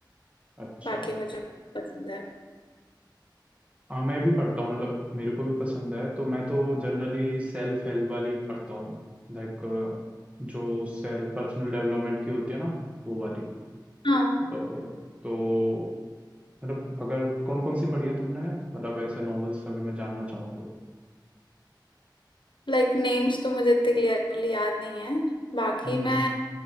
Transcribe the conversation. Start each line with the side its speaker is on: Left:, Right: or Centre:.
Right: अच्छा
Left: बाकी मुझे पसंद है
Right: हाँ मैं भी पढ़ता हूँ मतलब मेरे को भी पसंद है तो मैं तो जनरली सेल्फ हेल्प वाली पढ़ता हूँ लाइक जो सेल्फ पर्सनल डेवलपमेंट की होती है ना वो वाली
Left: हाँ,
Right: अ, तो मतलब अगर कौन कौन सी पढ़ी है तुमने मतलब ऐसे नॉवेल्स अगर मैं जानना चाहूँ तो
Left: लाइक नेम्स तो मुझे इतने क्लियरली याद नहीं है बाकी
Right: हम्म
Left: मैं